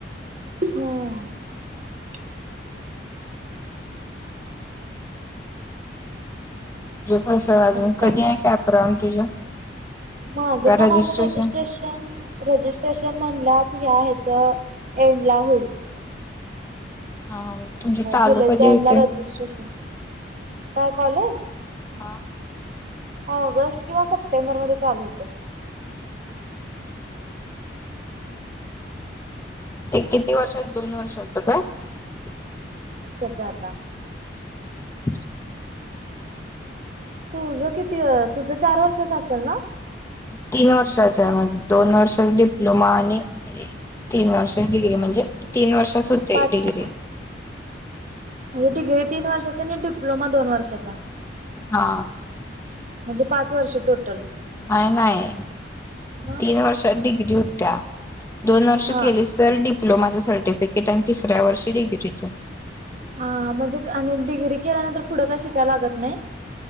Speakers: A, on the right; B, on the left.
A: हम्म <inaudible>
B: तुझे कस अजून
A: आणि
B: कधी आहे कॅपराऊंड तुझं
A: माझे
B: का
A: पण
B: रजिस्ट्रेशन
A: अजून रिट्रेश रिट्रेशन म्ह एंडला होईल
B: हा तुमचे चालू
A: जुलैच्या
B: कधी होते
A: एंडला रजिस्ट्रेशन काय कॉलेज
B: हा
A: ऑगस्ट किंवा सप्टेंबर मध्ये चालू होतं
B: ते किती वर्षात दोन वर्षाच काय <inaudible>
A: जाता
B: <inaudible>
A: तुझ किती तुझं चार वर्षच असेल ना
B: तीन वर्षाच आहे माझ दोन वर्षाचा डिप्लोमा आणि तीन वर्ष डिग्री म्हणजे तीन वर्षात होते
A: पाच
B: डिग्री
A: म्हणजे डिग्री तीन वर्षाचा आणि डिप्लोमा दोन वर्षाचा
B: हा
A: म्हणजे पाच वर्ष टोटल
B: नाही नाही
A: मग
B: तीन <inaudible> वर्षात डिग्री होत्या दोन वर्ष
A: हा
B: केलीस तर डिप्लोमाचं सर्टिफिकेट आणि तिसऱ्या वर्षी डिग्रीचं
A: हा म्हणजे आणि डिग्री केल्यानंतर पुढं काय शिकायला लागत नाही.